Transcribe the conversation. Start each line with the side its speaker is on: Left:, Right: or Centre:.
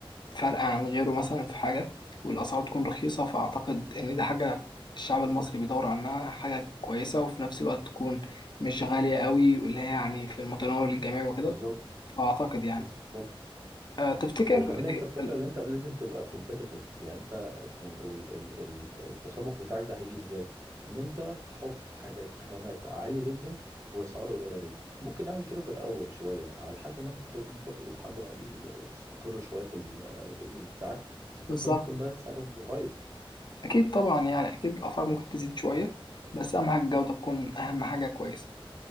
Left: فرق عن غيره مثلا في حاجة والأسعار تكون رخيصة فأعتقد إن دي حاجة الشعب المصري بيدور عنها حاجة كويسة وفي نفس الوقت تكون مش غالية قوي واللي هي يعني في المتناول للجميع وكده
Right: بالظبط
Left: فأعتقد يعني
Right: بالظبط
Left: أه تفتكر
Right: هو كمان انت
Left: إيه
Right: الفكره
Left: ال-
Right: ان انت لازم تبقى كومبيتيتيف يعني انت الكم- او ال- ال- ال- التسابق بتاعك ده هيجي ازاي ان انت تحط حاجات خامات عاليه جدا واسعار قليله جدا ممكن نعمل كده في الاول شويه على لحد ما انت تكبر ولحد ما ال- تستقر شويه في البيزنس بتاعك ساعتها
Left: بالظبط
Right: انت ممكن بقى ساعتها تتغير
Left: أكيد طبعا يعني أكيد الأسعار ممكن تزيد شوية بس أهم حاجة الجودة تكون أهم حاجة كويسة